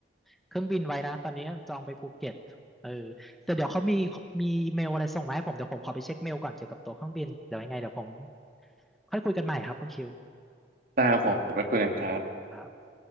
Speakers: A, in the centre; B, on the right.
A: เครื่องบินไว้นะตอนนี้จองไปภูเก็ตเออแต่เดี๋ยวเขามีมีอีเมลอะไรส่งมาให้ผมเดี๋ยวผมขอไปเช็คเมลก่อนเกี่ยวกับตั๋วเครื่องบินเดี๋ยวยังไงเดี๋ยวผมค่อยคุยกันใหม่ครับคุณคิว
B: แต่ผมไปคุยกันครับ
A: ครับ